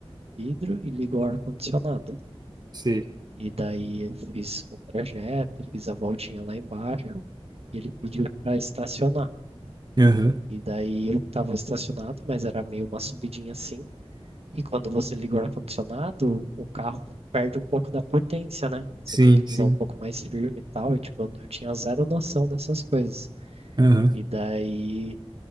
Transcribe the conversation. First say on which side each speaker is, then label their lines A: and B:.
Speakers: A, on the right; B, on the right.
A: vidro e ligou o ar-condicionado.
B: sei.
A: E daí eu fiz o trajeto, fiz a voltinha lá embaixo, e ele pediu para estacionar.
B: Aham,
A: E daí eu tava estacionado, mas era meio uma subidinha assim, E quando você liga o ar-condicionado, o carro perde um pouco da potência, né? Você
B: sim,
A: tem que pisar
B: sim.
A: um pouco mais firme e tal. E, tipo, eu eu tinha zero noção dessas coisas.
B: Aham,
A: E daí,